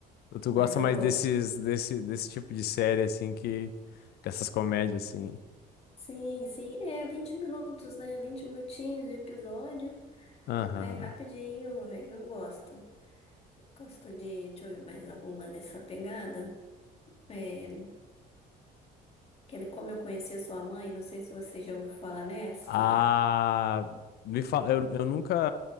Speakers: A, on the left; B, on the left.
A: Tu gosta
B: Mas eu
A: mais
B: gosto.
A: desses, desse, desse tipo de série, assim, que... Essas comédias, assim.
B: Sim, sim, é 20 minutos, né? 20 minutinhos de episódio.
A: Aham.
B: Aí rapidinho, aí eu gosto. Gosto de, deixa eu ver mais alguma nessa pegada. É, que era como eu conheci a sua mãe, não sei se você já ouviu falar nessa.
A: Ah, me fala, eu, eu nunca,